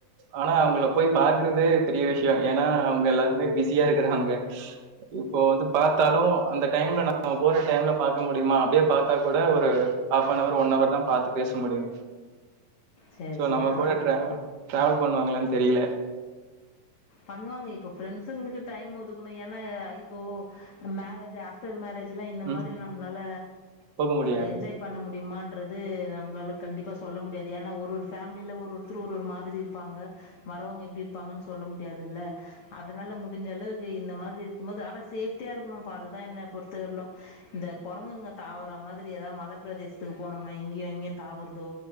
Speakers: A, on the right (about 70°); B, on the left (about 60°).
A: ஆனா அவங்கள போய் பாக்குறதே பெரிய விஷயோ ஏன்னா அவங்க எல்லாரு மே பிஸியா இருக்குறாங்க இப்போ வந்து பாத்தாலு அந்த டைம்ல நம்ம போற டைம்ல பாக்க முடியுமா அப்டியே பாத்தா கூட ஒரு half an hour one hour தா பாத்து பேச முடியு
B: சரி,
A: சோ
B: சரி.
A: நம்ம
B: ஆனா
A: கூட ட்ராவல் ட்ராவல் பண்ணுவாங்களான்னு தெரியல
B: பண்ணுவாங்க இப்போ ப்ரெண்ட்ஸுங்களுக்கு டைம் ஒதுக்கணும் ஏன்னா இப்போ மேரேஜ்ஜா ஆஃப்டர் மேரஜ்லாம் இந்த
A: ம்.
B: மாதிரி நம்மளால
A: போக முடியாது.
B: என்ஜாய் பண்ண முடியுமான்றது நம்மளால கண்டிப்பா சொல்ல முடியாது ஏன்னா ஒரு ஒரு ஃபேமிலில ஒரு ஒருத்தர் ஒரு ஒரு மாதிரி இருப்பாங்க வரவங்க எப்படி இருப்பாங்கன்னு சொல்லம் முடியாதில்ல அதனால முடிஞ்ச அளவுக்கு இந்த மாதிரி இருக்கும் போது ஆனா சேஃப்டியா இருக்கணும் பா அதுதான் என்ன பொறு த்த வரையிலும் இந்த குரங்குங்க தாவற மாதிரி ஏதாவது மலைப்பிரதேஸ் த்துக்கு போனோம்னா இங்கயு அங்கயு தாவறதோ